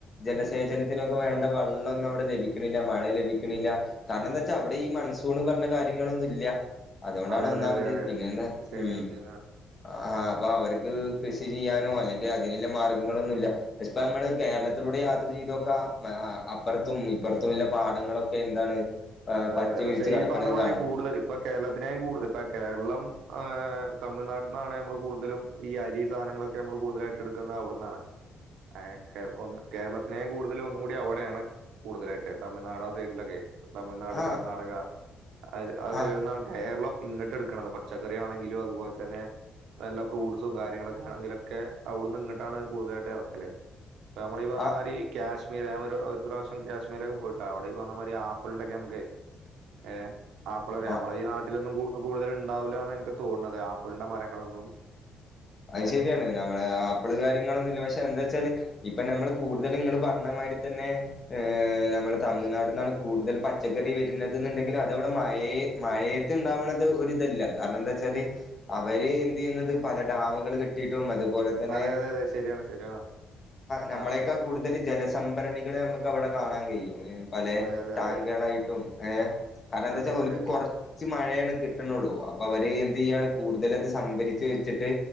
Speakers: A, on the left; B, on the right.
A: ജലസേചനത്തിനൊക്കെ വേണ്ട വെള്ളന്നും അവിടെ ലഭിക്കണില്ല മഴ ലഭിക്കണില്ല കാരണം എന്താ വെച്ചാ അവിടെ ഈ മൺസൂൺ പറഞ്ഞ കാര്യങ്ങളൊന്നും ഇല്ല അതുകൊണ്ടാണ്
B: അതെ
A: ഒന്നാമത്
B: അതെ അതെ അതെ
A: പിന്നെ എന്താ
B: ശരിയാണ്
A: ഉം
B: ശരിയാണ്
A: ആഹ അപ്പൊ അവർക്ക് കൃഷി ചെയ്യാനോ അല്ലെങ്കിൽ അതിനുള്ള മാർഗങ്ങളൊന്നുല്ല ഇപ്പ നമ്മള് കേരളത്തിലൂടെ യാത്ര ചെയ്തോക്കാ അപ്പുറത്തും ഇപ്പുറത്തുമുള്ള പാടങ്ങളൊക്കെ എന്താണ്
B: അതെ
A: പച്ച
B: അതെ പക്ഷെ
A: വിരിച്ച്
B: ഈ
A: കിടക്കണത്
B: പറഞ്ഞമാതിരി
A: കാണാം
B: കൂടുതൽ ഇപ്പ കേരളത്തിനെയും കൂടുതൽ ഇപ്പ കേരളംഹ് തമിഴ്നാട്ന്നാണ് നമ്മൾ കൂടുതലും ഈ അരി സധങ്ങളൊക്കെ നമ്മള് കൂടുതലായിട്ട് എടുക്കുന്നത് അവിടെന്നാണ്
A: <inaudible> <unintelligible>
B: അ ഒ കേരളത്തിനെയും കൂടുതല ഒന്നും കൂടി അവിടെയാണ് കൂടുതലായിട്ട് തമിഴ്നാട ആ സൈഡിലൊക്കെ തമിഴ്നാട്,
A: ആഹ്
B: കർണാടക അ ആ
A: ആഹ്
B: സൈഡ് കേരളം ഇങ്ങിട്ട് എടുക്കണത് പച്ചക്കറി ആണെങ്കിലും അതുപോലെ തന്നെ എല്ല ഫ്രൂ്സും കാര്യങ്ങളൊക്കെ ആണങ്കിലൊക്കെ അവിടുന്ന് ഇങ്ങിട്ടാണ് കൂടുതലായിട്ട് ഇറക്കല് നമ്മള ഈ പറഞ്ഞ
A: ആഹ്
B: മാതിരി കാശ്മീർ ൻ ഒരു പ്രാവശ്യം കാശ്മീരൊക്കെ പോയിട്ട അവിടെഈ പറഞ്ഞ മാരി ആപ്പിളിണ്ടൊക്കെ നമുക്കെ ഏ ആപ്പളൊക്കെ
A: ആഹ്
B: നമ്മള ഈ നാട്ടിലൊന്നും കു ഇപ്പോ കൂടുതല ഉണ്ടാവില്ല എന്ന് എനിക്ക് തോന്നുന്നത് ആപ്പിളിൻ്റെ മരങ്ങളൊന്നും
A: അത്
B: ഏഹ്
A: ശരിയാണ് നമ്മെ ആപ്പിള് കാര്യങ്ങളൊന്നുംല്ല പക്ഷെ എന്താ വെച്ചാല് ഇപ്പ നമ്മൾ കൂടുതലും ഇങ്ങൾ പറഞ്ഞ മാതിരി തന്നെ ഏ നമ്മളെ തമിഴ്നാട് നിന്നാണ് കൂടുതൽ പച്ചക്കറി വരുന്നത് എന്നുണ്ടെങ്കിൽ അതവിടെ മഴയേ മഴയത്ത് ഉണ്ടാവണത് ഒരു ഇതല്ല കാരണം എന്താ വച്ചാല് അവര് എന്ത് ചെയ്യുന്നത് പല ഡാമുകൾ കിട്ടിയിട്ടും അതുപോലെ തന്നെ
B: അതെ അതെ അതെ ശരിയാണ് ശരിയാണ്
A: നമ്മളെയക്കെ
B: ആഹ്
A: കൂടുതൽ ജലസംഭരണികൾ നമുക്ക് അവിടെ കാണാൻ കഴിയും പല
B: അതെ അതെ
A: ടാങ്കുകളായിട്ടും
B: അതെ
A: ഏ കാരണം എന്താ
B: അതെ
A: വച്ചാ
B: അതെ
A: ഓർക്ക് കൊറ കുച്ച് മഴയാണ് കിട്ടുന്നുള്ളൂ അപ്പൊ അവര് എന്ത് ചെയ്യാണ് കൂടുതല അത് സംഭരിച്ചു വെച്ചിട്ട്